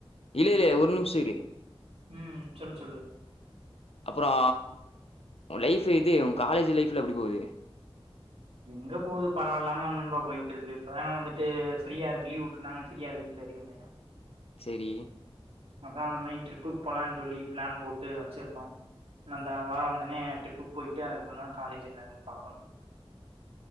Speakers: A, on the left (about 80°); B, on the right (about 80°).
A: இல்ல இல்லயே ஒரு நிமிஷோ இரு
B: ம் சொல்லு சொல்லு
A: அப்றோ உன் லைஃப் இது உன் காலேஜ் லைஃப் எல்லா எப்டி போது
B: எங்க போது பரவாயில்லாம நண்பா போயிட்டு இருக்கு இப்பதான வந்துட்டு ஃப்ரீயா இருக்கு லீ்வ் வுட்டுருந்தாங்கனு ஃபிரீயா வீட்ல இருந்தே
A: செரி
B: அதான் அந்த மாரி ட்ரிப்புக்கு போலான்னு சொல்லி ப்ளான் போட்டு வெச்சிருந்தோ நந்தா வாரோ வந்தொன்னயே ட்ரிப்புக்கு போயிட்டு அதுக்குப்பறந்தான் காலேஜ் என்னனு பாக்கணு